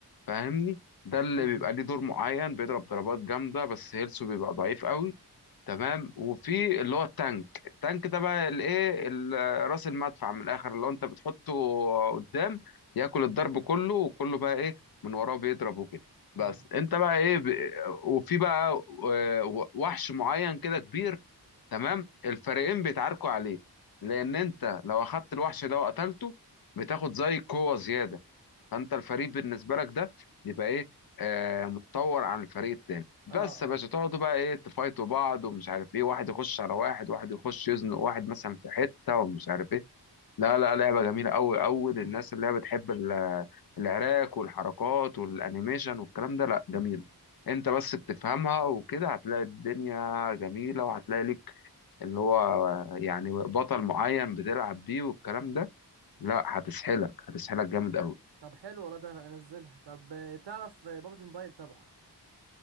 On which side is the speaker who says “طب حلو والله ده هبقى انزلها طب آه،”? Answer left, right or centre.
Right